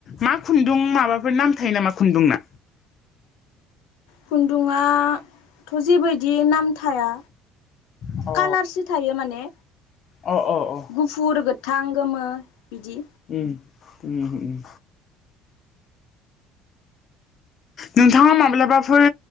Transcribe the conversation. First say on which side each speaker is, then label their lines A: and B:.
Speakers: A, on the left; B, on the left.
A: मा खुन्दुं माबाफोर नाम थायो नामा खुन्दुंना?
B: खुन्दुङा थ' जेबायदि नाम थाया
A: अ
B: कालारसो थायो माने
A: अ अ अ
B: गुफुर गोथां गोमो बिदि।
A: उम उम उम नोंथाङा माब्लाबाफोर